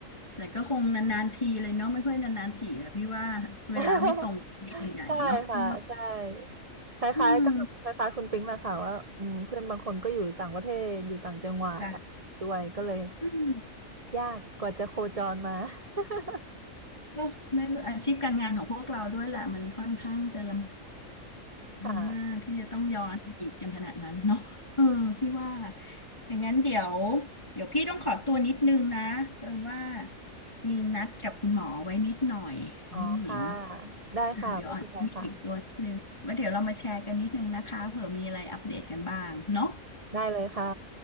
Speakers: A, on the left (about 20°); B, on the right (about 30°).
A: แต่ก็คงนานๆทีเลยเนาะไม่ค่อยนานๆทีแล้ะพี่ว่าเวลาไม่ตรงกันใหญ่เนาะพี่ว่า
B: <laughs> ใช่ค่ะใช่คล้ายๆกับคล้ายๆคุณปิ๊งแหละค่ะว่าอืมเพื่อนบางคนก็อยู่ต่างประเทศอยู่ต่างจังหวัด
A: อืมค่ะ
B: ด้วยก็เลย
A: อืม
B: ยากกว่าจะโคจรมา <laughs>
A: เนาะในอาชีพการงานของพวกเราด้วยแหละมันค่อนข้างจะลำบาก
B: ค่ะ
A: เมื่อที่จะต้องย้อนอดีตกันขนาดนั้นเนาะเออพี่ว่าอย่างนั้นเดี๋ยวเดี๋ยวพี่ต้องขอตัวนิดนึงนะเผอิญว่ามีนัดกับคุณหมอไว้นิดหน่อยน้องหญิง
B: อ๋อค่ะได้ค่ะไม่เป็นไรค่ะ
A: อ่าเดี๋ยวอ่อนต้องอีกตัวนิดนึงไว้เดี๋ยวเรามาแชร์กันนิดนึงนะคะเผื่อมีอะไรอัปเดตกันบ้างเนาะ
B: ได้เลยค่ะ